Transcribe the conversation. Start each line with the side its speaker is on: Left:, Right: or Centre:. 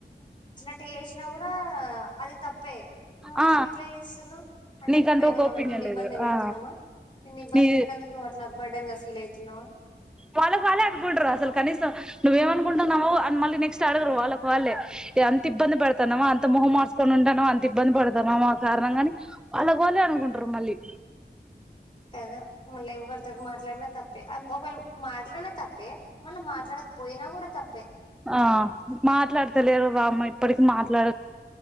Left: ఇట్ చేసినా కూడా అది తప్పే నువ్వు
Centre: ఆ
Left: ఎందుకు ఇట్లా చేస్తున్నావు అంటే
Centre: నీకంటూ
Left: ఇప్పుడు మేమువు
Centre: ఒక ఒపీనియన్
Left: నిన్న
Centre: లేదు
Left: ఇబ్బంది పెడుతున్నామా
Centre: ఆ
Left: నిన్న ఇబ్బంది
Centre: నీ
Left: పెట్నందుకు నువ్వు అట్లా బర్డ గా ఫీల్ అయివుతు తిన్నావా
Centre: వాళ్ళకి వాళ్ళే అనుకుడరు అసలు కనీసం నువ్వేమ అనుకుంటావున్నావ్వు మళ్ళీ నెక్స్ట్ అడగరు వాళ్ళకు వాళ్ళే ఎంత ఇబ్బంది పెడతానమా అంత మొహం మార్చకొని ఉంటానో అంత ఇబ్బంది పెడతానమా కారణం కాని వాళ్ళకు వాళ్ళే అనుకుంటారు మళ్ళీ
Left: కదా మళ్ళీ ఎవరితో మాట్లాడినా తప్పే ఒకేళ మాట్లాడినా తప్పే మళ్ళీ మాట్లాడకపోయినా కూడా తప్పే
Centre: ఆ మాట్లాడతలేరు బామ్మ ఇప్పటికి మాట్లాడ